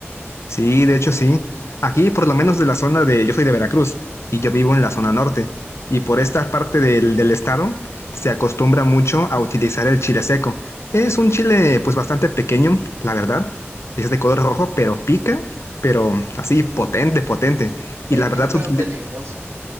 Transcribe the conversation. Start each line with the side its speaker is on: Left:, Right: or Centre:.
Left: Sí, de hecho sí. Aquí, por lo menos de la zona de, yo soy de Veracruz y
Right: Ujú.
Left: yo vivo en la zona norte. Y por esta parte del, del estado se acostumbra mucho a utilizar el chile seco. Es un chile pues bastante pequeño, la verdad. Es de color rojo, pero pica, pero así potente, potente.
Right: Pequeño
Left: Y la verdad,
Right: pero
Left: se utili-
Right: peligroso.